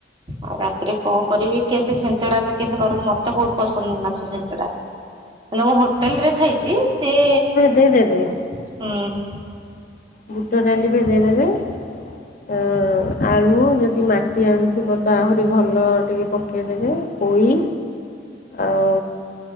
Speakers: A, on the right (about 25°); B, on the left (about 45°).
A: ଆଉ ରାତିରେ କଣ କରିବି କେମିତି ଛିଞ୍ଚଡାଟା କେମିତି କର ମତେ ବହୁତ ପସନ୍ଦ ମାଛ ଛିଞ୍ଚଡା। ହେଲେ ମୁଁ ହୋଟେଲ୍ ରେ ଖାଇଛି ସିଏ
B: ଦେଇ ଦେବେ।
A: ହୁଁ।
B: ବୁଟ ଡାଲି ଭେଦେଇଦେବେ ଅ ଆଳୁ ଯଦି ମା ଟି ଆଳୁଥିବ ତ ଆହୁରି ଭଲ ଟିକେ ପକେଇଦେବେ ପୋଇ ଆଉ